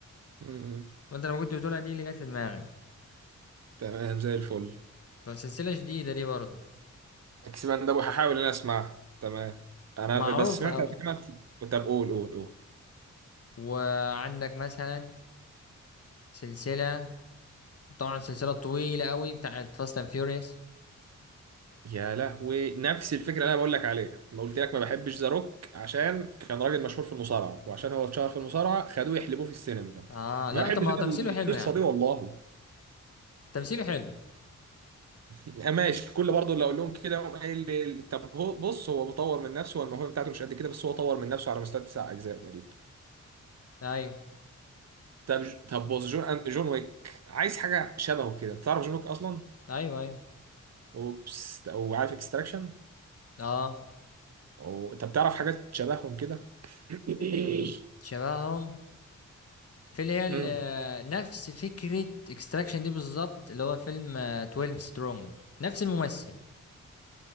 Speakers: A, on the right (about 60°); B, on the left (about 50°).
A: م- م.
B: وانت لما كنت بتقولها دي اللي جت في دماغي
A: تمام زي الفل
B: فسلسلة جديدة دي برضه
A: اكسبان ده هحاول ان انا اسمعها تمام انا
B: معروفة
A: بس سمعت
B: أوي
A: على فكره طب قول قول قول
B: وعندك مثلا سلسلة طبعا سلسلة طويلة أوي بتاعت فاست اند فيوريوس
A: يا لهوي نفس الفكره اللي انا بقول لك عليها ما قلت لك ما بحبش ذا روك عشان كان راجل مشهور في المصارعه وعشان هو اتشهر في المصارعه خدوه يحلبوه في السينما
B: اه
A: ما
B: لا
A: بحبش
B: طب ما
A: انا
B: هو تمثيله
A: القصه
B: حلو يا عم
A: دي والله
B: تمثيله حلو
A: <laughs> آه، ماشي كل برضه اللي اقول لهم كده يقوم قايل لي طب هو بص هو بيطور من نفسه والموهبه بتاعته مش قد كده بس هو طور من نفسه على مستوى تسع اجزاء تقريبا
B: ايوه
A: طب طب بص جون جون ويك عايز حاجه شبهه كده تعرف جون ويك اصلا
B: ايوه ايوه
A: اوبس وعارف اكستراكشن
B: اه
A: أو... طب تعرف حاجات شبههم كده <coughs> <laughs>
B: شبههم في اللي هي ال-
A: امم
B: نفس فكرة اكستراكشن دي بالظبط اللي هو فيلم آه، 12 سترونج نفس الممثل